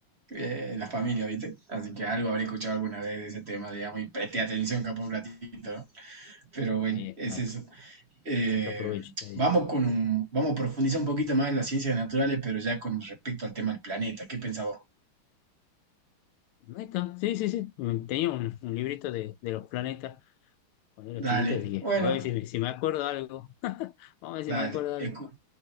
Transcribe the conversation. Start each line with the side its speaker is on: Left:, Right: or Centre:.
Right: eh, en la familia, ¿viste? Así que algo habré escuchado alguna vez de ese tema, digamos, y presté atención capaz un ratito, ¿no? Pero bueno,
Left: ahí está,
Right: es eso. Eh,
Left: saca provecho. Está bien.
Right: vamos con un, vamos a profundizar un poquito más en las ciencias naturales, pero ya con respecto al tema del planeta. ¿Qué pensás vos?
Left: Ahí está, sí, sí, sí. Mm, Tenía un, un librito de, de los planetas cuando era
Right: Dale,
Left: chiquita, así que
Right: bueno,
Left: a ver si, me- si me acuerdo algo. <laughs> Vamos a ver si
Right: dale.
Left: me acuerdo algo.
Right: Escu-